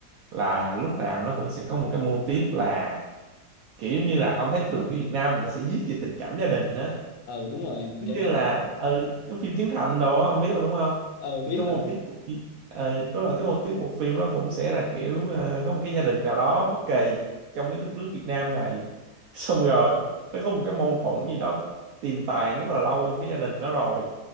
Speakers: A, on the right (about 80°); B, on the left (about 80°).
A: là lúc nào nó cũng sẽ có một cái mô típ là kiểu như là ông thấy thường phim Việt Nam mình nó sẽ viết về tình cảm gia đình đó
B: ờ đúng rồi mình
A: giống
B: cảm
A: như
B: nhận
A: là ừ, giống phim Trấn Thành đó ông biết mà đúng không
B: ờ
A: thì
B: biết
A: cái mô
B: rồi
A: típ của phim- ừ, đó là cái mô típ bộ phim nó cũng sẽ là kiểu ờ, có một cái gia đình nào đó bất kỳ trong cái đất nước Việt Nam này <laughs> xong rồi nó có một cái mâu thuẫn gì đó tiềm tàng rất là lâu trong cái gia đình đó rồi